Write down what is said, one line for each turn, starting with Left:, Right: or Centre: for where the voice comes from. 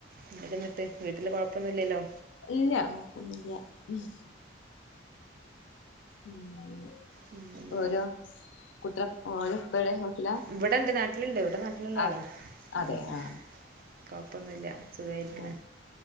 Right: എന്തൊക്കെന്നിട്ട് വീട്ടില് കൊഴപ്പൊന്നുല്ലല്ലോ.
Left: ഇല്ല കൊഴപ്പൊന്നില്ല ഉം ഉം
Right: പിന്നെന്താ
Left: ഓരോ. കുട്ട്യാളെ ഓലെ ഇപ്പെവിടെ ഗൾഫിലാ?
Right: ഇവിടെണ്ട് നാട്ടില്ണ്ട് ഇവിടെ നാട്ടിലുള്ള
Left: അതെ
Right: ആളാ
Left: അതെ
Right: ഉം
Left: ആഹ്
Right: കൊഴപ്പൊന്നുല്ല സുഖായിരിക്ക്ണ്.
Left: ആഹ്